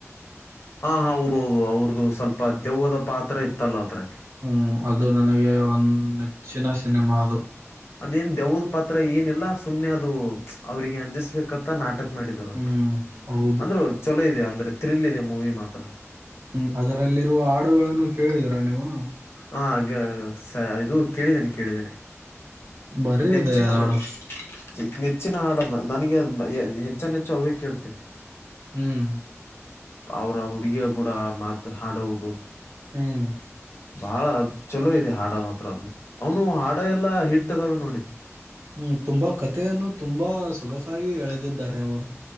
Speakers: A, on the left; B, on the right.
A: ಹಾ ಹ ಹೌದೌದು ಅವ್ರದು ಸ್ವಲ್ಪ ದೆವ್ವದ ಪಾತ್ರ ಇತ್ತಲ್ಲ ಅದರಲ್ಲಿ.
B: ಹ್ಮ ಅದು ನನಗೆ ಒಂದ್ ನೆಚ್ಚಿನ ಸಿನಿಮಾ ಅದು.
A: ಅದೇನ್ ದೆವ್ವದ್ ಪಾತ್ರ ಏನಿಲ್ಲ ಸುಮ್ಮನೆ ಅದು ಅವ್ರಿಗೆ ಅಂಜಿಸ್ಬೇಕ್ <unintelligible> ನಾಟಕ್ ಮಾಡಿದಾರ
B: ಹ್ಮ್
A: ಅವರು
B: ಹೌದು
A: ಅಂದ್ರು ಚಲೋ ಇದೆ ಅಂದ್ರೆ ಥ್ರಿಲ್ ಇದೆ ಮೂವಿ ಮಾತ್ರ.
B: ಹ್ಮ ಅದರಲ್ಲಿರುವ ಹಾಡುಗಳನ್ನು ಕೇಳಿದೀರಾ ನೀವು?
A: ಹ ಹಾಗ ಇದು ಕೇಳಿದ್ದೇನೆ ಕೇಳಿದ್ದೇನೆ
B: ಬರಿ
A: ನೆಚ್ಚಿನ
B: ಇದೆ ಹಾಡು
A: ತೋದು ನೆಚ್ಚಿನ ಹಾಡ ನನಗೆ ಹೆಚ್ಚೆಚ್ಚು ಹ್ಯ ಕೇಳ್ತೇನೆಿ
B: ಹ್ಮ್
A: ಅವರ ಹುಡುಗಿಯ ಕೂಡ ಮಾತು ಹಾಡುವುದು
B: ಹ್ಮ್
A: ಬಾಳ್ ಚಲೋ ಇದೆ ಹಾಡ ಮಾತ್ರ ಅದ್ನು ಅವನು ಹಾಡ ಎಲ್ಲಾ ಹಿಟ್ಟದಾವೆ ನೋಡಿ
B: ಹ್ಮ್ ತುಂಬಾ ಕಥೆಯನ್ನು ತುಂಬಾ ಸೊಗಸಾಗಿ ಎಳೆದಿದ್ದಾರೆ ಅವರು